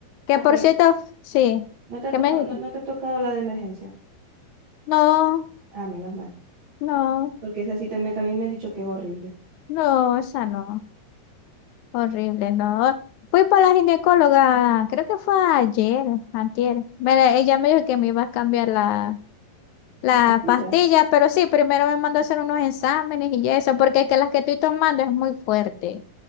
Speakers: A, on the left; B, on the right.
A: Que
B: Ah,
A: por
B: pero
A: cierto, sí,
B: no te ha
A: ¿qué
B: tomado,
A: me dijiste?
B: no, no te ha tocado la de emergencia.
A: No,
B: Ah, menos mal.
A: no,
B: Porque esa sí también, también me han dicho que es horrible.
A: no, esa no, horrible, no. Fui para la ginecóloga, creo que fue ayer, antier. Me la- ella me dijo que me iba a cambiar la, la
B: La pastilla.
A: pastilla, pero sí, primero me mandó a hacer unos exámenes y eso, porque es que las que estoy tomando es muy fuerte,